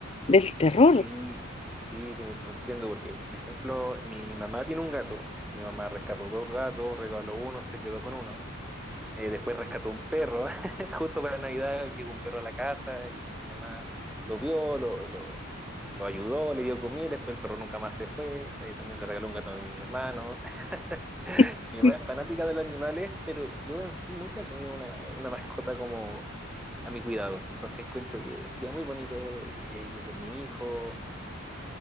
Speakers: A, on the left; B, in the centre.
A: del terror.
B: Sí, sí, te, te entiendo, porque, por ejemplo, mi mamá tiene un gato. Mi mamá rescató dos gatos, regaló uno, se quedó con uno. Eh, después rescató un perro, <laughs> justo para Navidad llegó un perro a la casa y mi mamá lo vio, lo, lo, lo ayudó, le dio comida, después el perro nunca más se fue, eh, también le regaló un gato a mi hermano. <laughs>
A: <laughs>
B: mi mamá es fanática de los animales, pero yo en sí nunca he tenido una, una mascota como a mi cuidado, entonces encuentro que sería muy bonito de que, que con mi hijo y